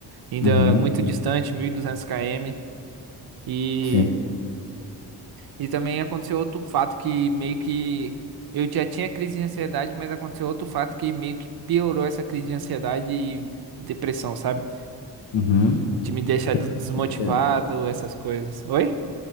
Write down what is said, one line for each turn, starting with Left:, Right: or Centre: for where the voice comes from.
Right: ainda
Left: uhum,
Right: muito distante, 1.200 km. E,
Left: sim,
Right: e também aconteceu outro fato que meio que. Eu já tinha crise de ansiedade, mas aconteceu outro fato que meio que piorou essa crise de ansiedade e depressão, sabe?
Left: uhum.
Right: De me deixar
Left: O que
Right: des- desmotivado,
Left: aconteceu?
Right: essas coisas. Oi?